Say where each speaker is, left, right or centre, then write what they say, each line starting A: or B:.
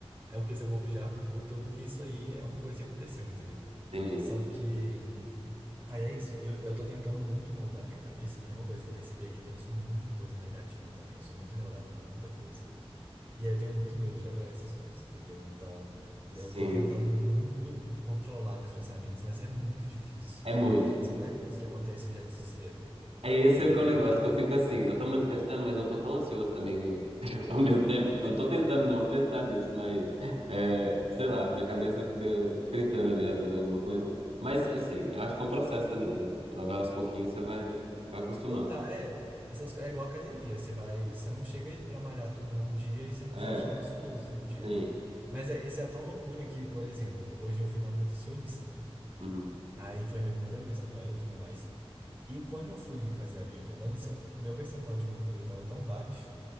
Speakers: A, on the right; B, on the right.
A: É porque seu corpo já botou que isso aí é uma coisa que aconteceu, entendeu?
B: entendi.
A: Só que Aí é isso. E eu, eu tô tentando muito mudar a minha cabeça, porque é uma coisa que eu percebi é que eu penso muito em coisa negativa também. Eu sou muito neurado com muita coisa. E aí eu tenho muito medo de atrair essas coisas, entendeu? Então, eu
B: Sim,
A: tô tentando muito controlar meus pensamentos, mas é muito difícil,
B: é
A: muito
B: muito.
A: difícil. Qualquer coisa que acontece, eu já desespero,
B: É esse
A: entendeu?
B: é o que é o negócio,
A: A
B: que eu fico assim, eu tô manifestando, mas eu tô tão ansioso também <laughs> ao mesmo tempo. Eu tô tentando não pensar nisso, mas é, sei lá, minha cabeça fica fritando ali às vezes alguma coisa. Mas assim, eu acho que é um processo também, né? Vai aos pouquinhos, você vai, vai acostumando.
A: total, é, essas, co- é igual academia. Você vai, você não chega pra malhar tudo num dia e você não
B: É,
A: sai de lá musculoso em um dia,
B: sim.
A: né? Mas é, isso é tão loucura que, por exemplo, hoje eu fui na nutricionista, né?
B: Uhum.
A: Aí foi minha primeira vez com ela e tudo mais. E quando eu fui fazer a bioimpedância, o meu percentual de gordura estava tão baixo